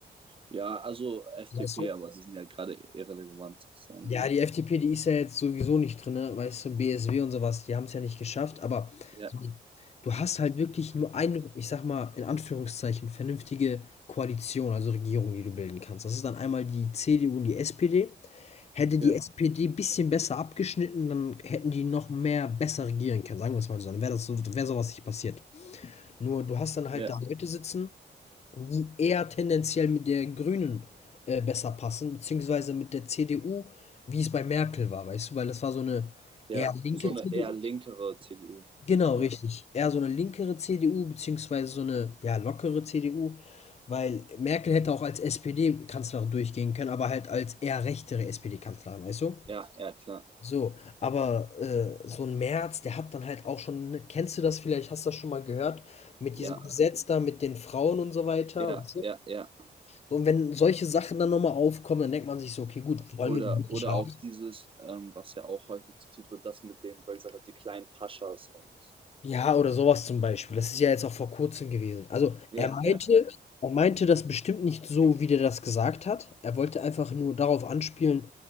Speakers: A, on the right; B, on the left.
A: Ja, also FDP,
B: Weiß
A: aber die sind ja gerade irrelevant sozusagen.
B: Ja, die FDP, die ist ja jetzt sowieso nicht drin, ne? weißt du, BSW und sowas, die haben es ja nicht geschafft, aber
A: Ja,
B: so, du hast halt wirklich nur eine, ich sag mal, in Anführungszeichen, vernünftige Koalition, also Regierung, die du bilden kannst. Das ist dann einmal die CDU und die SPD. Hätte die
A: ja,
B: SPD ein bisschen besser abgeschnitten, dann hätten die noch mehr besser regieren können, sagen wir es mal so. Dann wäre das so, wäre sowas nicht passiert. Nur du hast dann halt
A: ja,
B: da Leute sitzen, die eher tendenziell mit der Grünen äh, besser passen, beziehungsweise mit der CDU, wie es bei Merkel war, weißt du, weil das war so eine
A: ja.
B: eher linke
A: So eine
B: CDU.
A: eher linkere CDU.
B: Genau,
A: Ja,
B: richtig. Eher so eine linkere CDU, beziehungsweise so eine, ja, lockere CDU, weil Merkel hätte auch als SPD-Kanzlerin durchgehen können, aber halt als eher rechtere SPD-Kanzlerin, weißt du?
A: ja, ja, klar.
B: So, aber äh, so ein Merz, der hat dann halt auch schon, ne, kennst du das vielleicht, hast du das schon mal gehört, mit
A: Ja,
B: diesem Gesetz da, mit den Frauen und so weiter,
A: ja, ja, ja.
B: so, und wenn solche Sachen dann nochmal aufkommen, dann denkt man sich so: „Okay, gut, wollen
A: Oder,
B: wir die wirklich
A: oder
B: haben?“
A: auch dieses, ähm, was ja auch häufig zitiert wird, das mit den, weil gesagt hat, die kleinen Paschas und
B: Ja, oder sowas zum Beispiel. Das ist ja jetzt auch vor Kurzem gewesen. Also,
A: ja,
B: er Ja. meinte
A: ja, ja,
B: er meinte das bestimmt nicht so, wie der das gesagt hat. Er wollte einfach nur darauf anspielen,